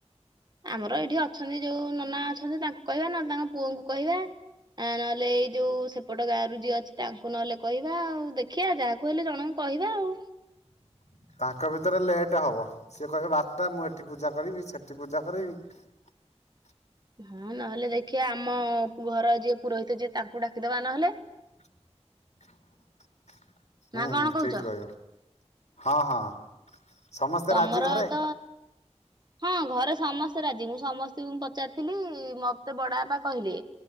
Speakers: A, on the right; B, on the left.
A: ଆମର ଏଠି ଅଛନ୍ତି ଯୋଉ ନନା ଅଛନ୍ତି ତାଙ୍କୁ କହିବା ନେଲେ ତାଙ୍କ ପୁଅଙ୍କୁ କହିବା। ଆ ନହେଲେ ଏଇ ଯୋଉ ସେପଟ ଗାଁରୁ ଯିଅ ଅଛି ତାଙ୍କୁ ନହେଲେ କହିବା ଆଉ ଦେଖିବା ଯାହାକୁ ହେଲେ ଜଣଙ୍କୁ କହିବା ଆଉ।
B: <inaudible> ତାଙ୍କ ଭିତରେ ଲେଟ୍ ହବ ସିଏ କହିବେ ବାରଟା ମୁଁ ଏଠି ପୂଜା କରିବି ସେଠି ପୂଜା କରିବି <inaudible>
A: ହଁ ନହେଲେ ଦେଖିବା ଆମ ଘର ଯିଏ ପୁରୋହିତ ଯିଏ ତାଙ୍କୁ ଡାକିଦବା ନହେଲେ
B: <inaudible> ହୁଁ
A: ନା କଣ କହୁଛ?
B: ଠିକ ରହିବ। ହଁ ହଁ ସମସ୍ତେ
A: ତମର
B: ରାଜି ଘରେ
A: ତ ହଁ ଘରେ ସମସ୍ତେ ରାଜି ମୁଁ ସମସ୍ତଙ୍କୁ ପଚାରିଥିଲି ମତେ ବଡ଼ ବାପା କହିଲେ।